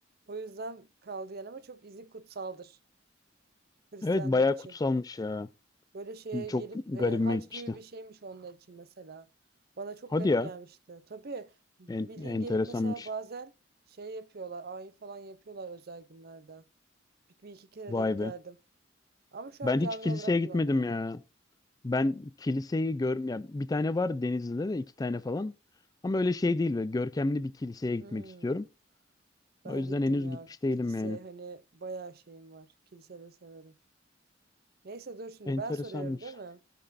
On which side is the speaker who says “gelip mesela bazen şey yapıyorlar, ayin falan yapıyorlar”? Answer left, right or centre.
Right